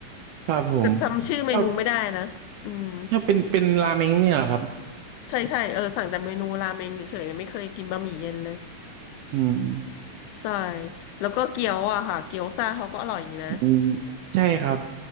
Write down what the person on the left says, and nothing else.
แต่จำชื่อเมนูไม่ได้นะอืม
ใช่ใช่เออสั่งแต่เมนูราเมงเฉยๆไม่เคยกินบะหมี่เย็นเลย
ใช่แล้วก็เกี๊ยวอะค่ะเกี๊ยวซ่าเขาก็อร่อยดีนะ